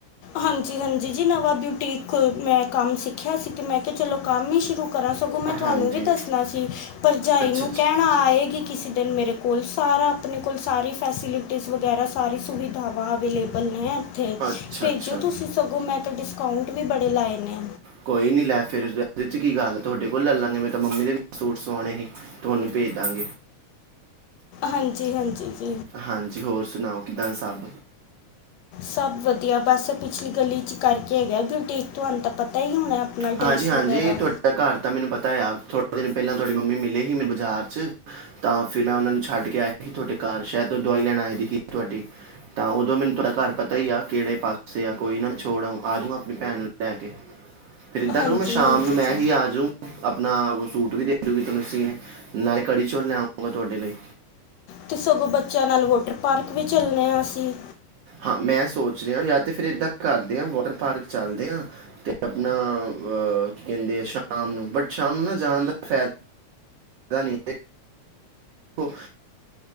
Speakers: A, on the left; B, on the right.
A: ਹਾਂਜੀ-ਹਾਂਜੀ, ਜੀ ਨਵਾਂ ਬਿਊਟੀਕ ਮੈਂ ਕੰਮ ਸਿੱਖਿਆ ਸੀ ਤੇ ਮੈਂ ਕਿਹਾ ਚਲੋ ਕੰਮ ਹੀ ਸ਼ੁਰੂ ਕਰਾਂ ਸਗੋਂ ਮੈਂ ਤੁਹਾਨੂੰ
B: ਹਾਂਜੀ
A: ਵੀ ਦੱਸਣਾ ਸੀ ਭਰਜਾਈ
B: ਅੱਛਾ
A: ਨੂੰ
B: ਅੱਛਾ
A: ਕਹਿਣਾ ਆਏਗੀ ਕਿਸੀ ਦਿਨ ਮੇਰੇ ਕੋਲ ਸਾਰਾ ਆਪਣੇ ਕੋਲ ਸਾਰੀ ਫੈਸੀਲਿਟੀਜ਼ ਵਗੈਰਾ ਸਾਰੀ ਸੁਵਿਧਾਵਾਂ ਅਵੇਲੇਬਲ ਨੇ, ਤੇ,
B: ਅੱਛਾ ਅੱਛਾ
A: ਜੋ ਤੁਸੀਂ ਸਗੋਂ ਮੈਂ, ਅੱਜ ਕੱਲ੍ਹ ਡਿਸਕਾਊਂਟ ਵੀ ਬੜੇ ਲਾਏ ਨੇ
B: ਕੋਈ ਨੀ ਲੈ ਫਿਰ ਉਹਦੇ ਚ ਕੀ ਗੱਲ ਹੈ ਤੁਹਾਡੇ ਕੋਲ ਲੈਲਾਂਗੇ ਮੈਂ ਤਾਂ ਮੰਮੀ ਦੇ ਸੂਟ ਸਵਾਣੇ ਸੀ ਉਹਨੂੰ ਭੇਜ ਦਾਂਗੇ।
A: ਹਾਂਜੀ ਜੀ ਹਾਂਜੀ ਜੀ,
B: ਹਾਂਜੀ ਹੋਰ ਸੁਣਾਓ ਕਿੱਦਾਂ ਸਭ?
A: ਸਭ ਵਧੀਆ ਬਸ ਪਿਛਲੀ ਗਲੀ ਚ ਕਰਕੇ ਹੈਗਾ ਦੀ ਤੁਹਾਨੂੰ ਤਾਂ ਪਤਾ ਹੀ ਹੋਣਾ। ਆਪਣਾ ਡਰੈਸ
B: ਹਾਂਜੀ-ਹਾਂਜੀ,
A: ਵਗੈਰਾ
B: ਤੁਹਾਡਾ ਘਰ ਤਾਂ ਮੈਨੂੰ ਪਤਾ ਆ। ਦਿ ਪਹਿਲਾਂ ਤੁਹਾਡੀ ਮੰਮੀ ਮਿਲੇ ਸੀ ਮੇਰੇ ਬਾਜ਼ਾਰ 'ਚ ਤਾਂ ਫਿਰ ਮੈਂ ਉਹਨਾਂ ਨੂੰ ਛੱਡ ਕੇ ਆਈ ਸੀ ਤੁਹਾਡੇ ਘਰ ਸ਼ਾਇਦ ਦਵਾਈ ਲੈਣ ਆਈ ਦੀ ਸੀ ਤੁਹਾਡੀ ਤਾਂ ਉਦੋਂ ਮੈਨੂੰ ਤੁਹਾਡਾ ਘਰ ਪਤਾ ਹੀ ਆ ਕਿਹੜੇ ਪਾਸੇ ਆ ਕੋਈ ਨਾ ਛੋੜ ਆਉਗਾ ਆ ਜਾਊਗਾ ਆਪਣੀ ਭੈਣ ਨੂੰ ਲੈ ਕੇ ਫਿਰ ਇਦਾਂ
A: ਹਾਂਜੀ
B: ਕਰੋ ਮੈਂ ਸ਼ਾਮ
A: ਹਾਂਜੀ
B: ਨੂੰ ਮੈਂ
A: ਜੀ
B: ਹੀ ਆਜੁ ਆਪਣਾ ਸੂਟ ਵੀ ਦੇਦੂਗੀ ਤੁਹਾਨੂੰ ਸੀਨ ਨਾਲੇ ਕੜੀ ਚੌਲ ਲੈਉਗਾ ਤੁਹਾਡੇ ਲਈ
A: ਤੇ ਸਗੋਂ ਬੱਚਿਆਂ ਨਾਲ ਵਾਟਰ ਪਾਰਕ ਵੀ ਚੱਲਣੇ ਆ ਅਸੀਂ,
B: ਹਾਂ ਮੈਂ ਸੋਚ ਰਿਹਾ ਜਾਂ ਤੇ ਫਿਰ ਏਦਾਂ ਕਰਦੇ ਹਾਂ ਵਾਟਰ ਪਾਰਕ ਚੱਲਦੇ ਆ ਤੇ ਆਪਣਾ ਕੀ ਕਹਿੰਦੇ ਆ ਸ਼ਾਮ ਨੂੰ ਬਟ ਸ਼ਾਮ ਨੂੰ ਨਾ ਜਾਣ ਦਾ ਫਾਇਦਾ। ਦਾ ਨੀ, <unintelligible>